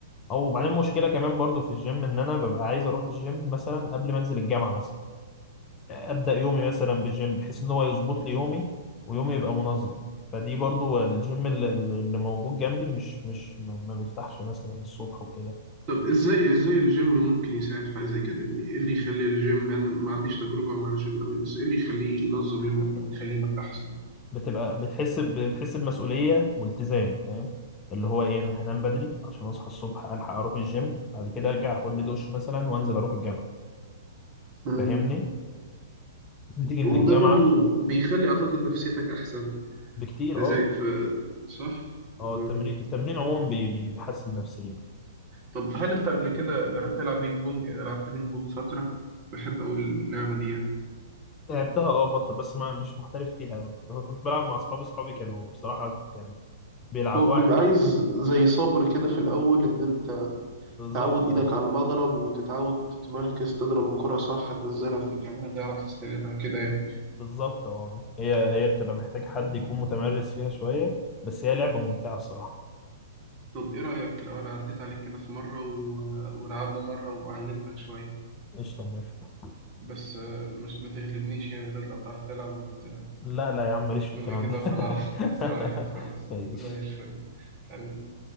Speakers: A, on the left; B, on the right.
A: أو بعدين مشكلة كمان برضو في الجيم إن أنا ببقى عايز أروح الجيم مثلا قبل ما أنزل الجامعة مثلا أبدأ يومي مثلا بالجيم بحيث إن هو يظبط لي يومي ويومي يبقى منظم فدي برضو الجيم اللي اللي موجود جنبي مش مش ما ما بيفتحش مثلا الصبح وكده
B: طب ازاي ازاي الجيم ممكن يساعد في حاجه زي كده يعني ايه اللي يخلي الجيم لان أنا ما عنديش تجربه مع الجيم قوي بس ايه اللي يخليه ينظم يومك او يخلي يومك احسن
A: بتبقى بتحس ب- بتحس بمسؤولية والتزام فاهم اللي هو ايه انا هنام بدري عشان اصحى الصبح الحق اروح الجيم بعد كده ارجع اخد لي دش مثلا وانزل اروح الجامعة
B: مم.
A: فاهمني بتيجي من
B: وده
A: الجامعة
B: برضو بيخلي اعتقد نفسيتك احسن
A: بكتير
B: ازاي
A: اه
B: في صح
A: اه التمرين
B: مم.
A: التمرين عموما بي- بي- بيحسن نفسيا
B: طب هل انت قبل كده جربت تلعب بينج بونج انا لعبت بينج بونج فتره بحب قوي اللعبه دي يعني
A: لعبتها اه فترة بس ما مش محترف فيها أوي. انا كنت بلعب مع اصحابي اصحابي كانوا بصراحة يعني بيلعبوا
B: هو
A: واحد
B: بيبقى عايز زي صبر كده في الأول إن أنت
A: بالظبط
B: تعود إيدك
A: اه
B: على المضرب وتتعود تتمركز تضرب الكرة صح تنزلها في مكانها تعرف تستلمها كده يعني
A: بالظبط اه هي هي بتبقى محتاجة حد يكون متمرس فيها شوية بس هي لعبة ممتعة الصراحة
B: طب ايه رأيك لو انا عديت عليك كده في مرة و... ولعبنا مرة وعلمتك شوية
A: قشطة موافق
B: بس آه، مش ما تغلبنيش يعني تطلع بتعرف تلعب وت...
A: لا لا يا عم ماليش في
B: قول
A: الكلام
B: لي كده
A: ده
B: وخلاص <laughs> طيب
A: <laughs>
B: خلاص
A: ماليش
B: زي الفل حبيبي